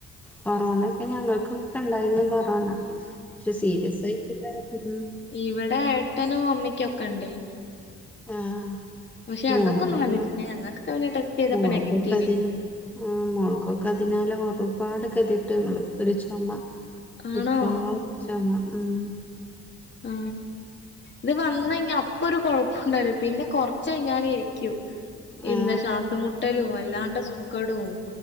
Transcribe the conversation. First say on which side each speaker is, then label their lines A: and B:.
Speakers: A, in the centre; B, on the left (about 35°).
A: കൊറോണ ഒക്കെ ഞങ്ങൾക്കോക്കെ ഉണ്ടായിരുന്നു കൊറോണ പക്ഷെ സീരിയസ് ആയിട്ടില്ല ഉം
B: ഇവടെ ഏട്ടനും അമ്മയ്ക്കൊക്കെ ഇണ്ടേയ്ന്
A: ആഹ്
B: പക്ഷെ ഞങ്ങക്കൊന്നും
A: മോൾക്കൊക്കെ
B: വന്നിട്ടില്ലേ ഞങ്ങക്കൊക്കെ പിന്നെ ട്ടെസ്റ്റ് ചെയ്തപ്പോ
A: മോൾക്കൊക്കെ
B: നെഗറ്റിവെനി
A: അതിന് ആ മോൾക്കൊക്കെ അതിനാലെ ഒരുപാട് കെതിയട്ട് ഞങ്ങള് ഒരു ചൊമ
B: ആണോ
A: നിക്കാതെ ചൊമ ഉം
B: ആ ഇത് വന്നയിഞ്ഞ അപ്പൊരു കൊഴപ്പുണ്ടവുല പിന്നെ കൊർച്ചയിഞ്ഞാലേര് ക്കും എന്താ
A: ആ
B: ശ്വാസം മുട്ടലും വല്ലാണ്ട് സൂക്കടും